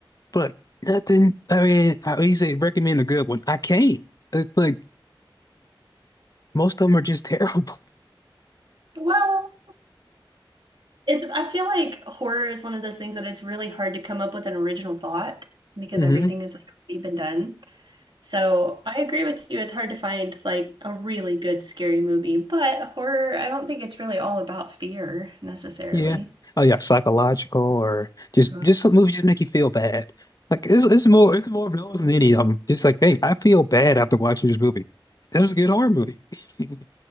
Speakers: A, on the left; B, on the right.
A: But nothing. I mean, I he said recommend a good one. I can't. It's like most of them are just <laughs> terrible.
B: Well, it's I feel like horror is one of those things that it's really hard to come up with an original thought because
A: hmm
B: everything is like already been done. So I agree with you. It's hard to find like a really good scary movie, but horror, I don't think it's really all about fear necessarily.
A: Yeah. Oh yeah, psychological or just
B: Mhm.
A: just some movies just make you feel bad. Like it's it's more it's more of those than any of them. Just like, hey, I feel bad after watching this movie. That was a good horror movie. <laughs>